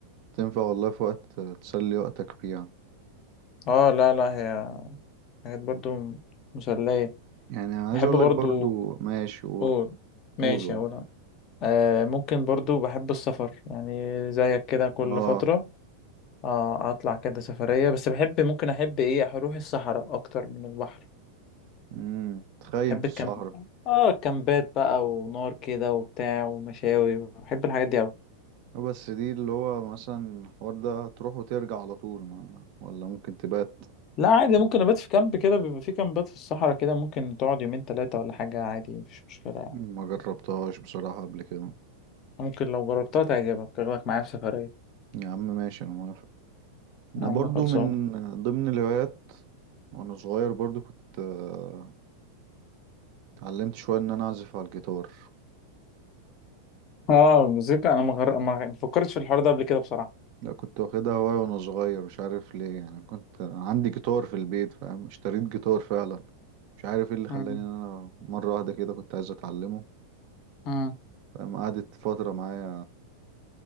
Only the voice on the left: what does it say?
اه لا لا هي حاجات برضه مسلية
بحب
برضه
قول ماشي
اقول أنا. آه ممكن برضه بحب السفر يعني زيك كده كل
فترة آه اطلع كده سفرية بس بحب ممكن احب ايه اروح الصحراء اكتر من البحر
بحب
الكامب
اه الكامبات بقى ونار كده وبتاع ومشاوي بحب الحاجات دي أوي
لا عادي ممكن ابات في كامب كده بيبقى في كامبات في الصحراء كده ممكن تقعد يومين ثلاثة ولا حاجة عادي مفيش مشكلة يعني
ممكن لو جربتها تعجبك تاخدك معايا في سفرية
يا عم
خلصان
اه الموسيقى انا ما مغر... ما فكرتش في الحوار ده قبل كده بصراحة
امم
امم